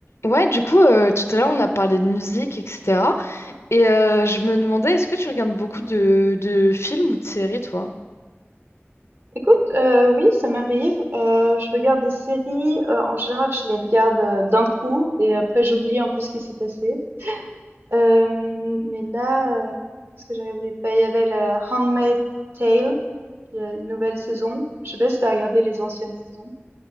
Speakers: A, on the left; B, on the right.
A: Ouais, du coup, euh, tout à l'heure, on a parlé de musique, etc. Et euh, je me demandais, est-ce que tu regardes beaucoup de, de films ou de séries, toi?
B: Écoute, euh, oui, ça m'arrive. Euh, je regarde des séries. euh, en général, je les regarde euh, d'un coup et après j'oublie un peu ce qui s'est passé. Euh, mais là, euh, qu'est-ce que j'ai regardé? Bah, il y avait le Handmaid's Tale. Il y a une nouvelle saison. Je sais pas si t'as regardé les anciennes saisons.